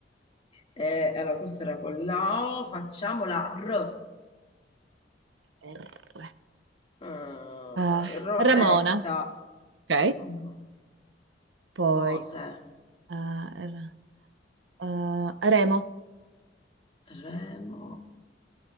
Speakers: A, on the left; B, on the right.
A: E allora, questa era con la O, facciamo la R.
B: R.
A: Eh,
B: Ah,
A: Rosetta.
B: Ramona. Ok.
A: Mm,
B: Poi
A: Cose.
B: ah, R- ah, Remo.
A: Remo.